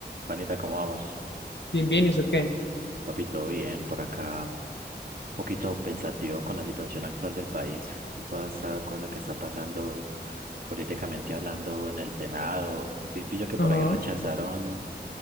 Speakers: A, on the right (about 55°); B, on the left (about 80°).
A: Panita, ¿cómo vamos?
B: Bien, bien, ¿y usted qué?
A: Papi, todo bien por acá. Un poquito pensativo con la situación actual del país. Toda esa cosa que está pasando políticamente hablando en el Senado. Sí, pillo que por
B: Ajá.
A: ahí rechazaron